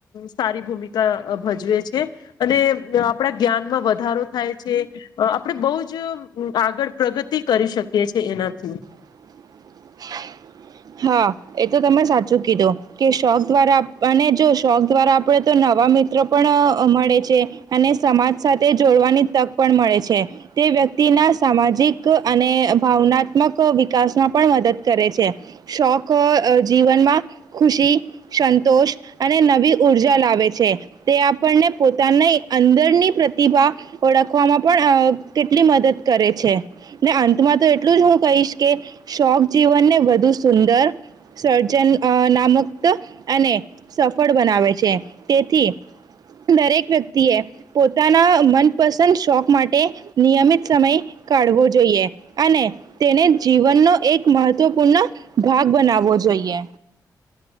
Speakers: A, on the left (about 85°); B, on the right (about 65°).
A: સારી ભૂમિકા અ ભજવે છે અને આપણા જ્ઞાનમાં વધારો થાય છે આપણે બહું જ આગળ પ્રગતિ કરી શકીએ છીએ એનાથી
B: <inaudible> હા એ તો તમે સાચું કીધું કે શોખ દ્વારા આપણને જો શોક દ્વારા આપડે તો નવા મિત્રો પણ મળે છે અને સમાજ સાથે જોડવાની તક પણ મળે છે. તે વ્યક્તિના સામાજિક અને ભાવનાત્મક વિકાસમાં પણ મદદ કરે છે. શોખ જીવનમાં ખુશી સંતોષ અને નવી ઊર્જા લાવે છે. તે આપણને પોતાના અંદરની પ્રતિભા ઓળખવામાં પણ કેટલી મદદ કરે છે ને અંતમાં તો એટલું જ હું કહીશ કે શોખ જીવનને વધુ સુંદર સર્જન આ નામક અને સફળ બનાવે છે તેથી દરેક વ્યક્તિ એ પોતાના મનપસંદ શોખ માટે નિયમિત સમય કાઢવો જોઈએ અને તેને જીવનનો એક મહત્વપૂર્ણ ભાગ બનાવવો જોઈએ.